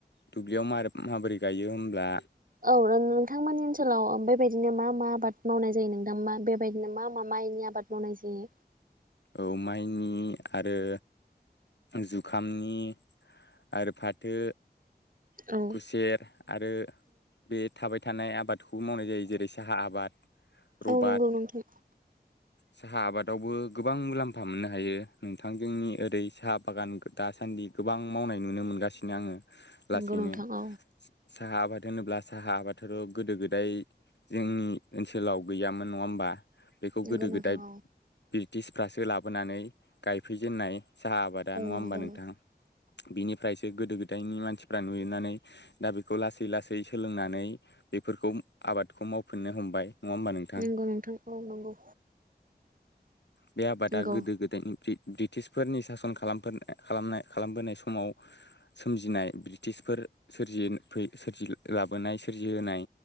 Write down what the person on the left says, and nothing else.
दुब्लियाव माबोरै गायो होमब्ला।
औ माइनि आरो। जुखामनि आरो फाथो।
खुसेर आरो बे थाबाय थानाय आबादखौ मावनाय जायो जेरै साहा आबाद रबाट
साहा आबादावबो गोबां मुलाम्फा। फा मोननो हायो नोंथां जोंनि ओरै सा बागान दासान्दि गोबां मावनाय नुनो मोनगासिनो आङो लासैनो।
साहा आबाद होनोब्ला साहा आबादाथ' गोदो गोदाय जोंनि ओनसोलाव गैयामोन नङा होमबा? बेखौ
गोदो
गोदाय
ब्रिटिशफ्रासो लाबोनानै गायफैजेननाय साहा आ बादा
नङा होमबा
नोंथां। बिनिफ्रायसो गोदो गोदायनि मानसिफ्रा नुयोनानै दा बेखौ लासै लासै सोलोंनानै। बेफोरखौ आबादखौ मावफिननो हमबाय। नङा होमबा नोंथां
बे आबादा
गोदो गोदायनि ब्रिटिशफोरनि सासन खालाम खालामबोनाय समाव सोमजिनाय ब्रिटिशफोर सोरजि फै सोरजि। लाबोनाय सोरजि होनाय